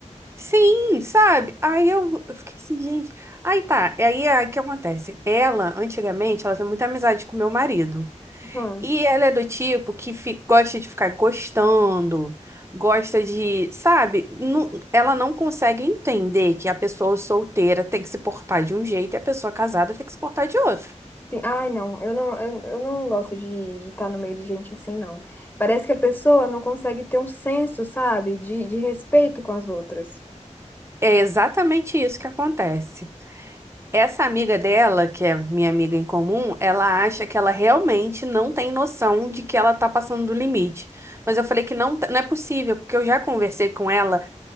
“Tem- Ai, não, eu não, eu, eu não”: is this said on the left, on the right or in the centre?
Left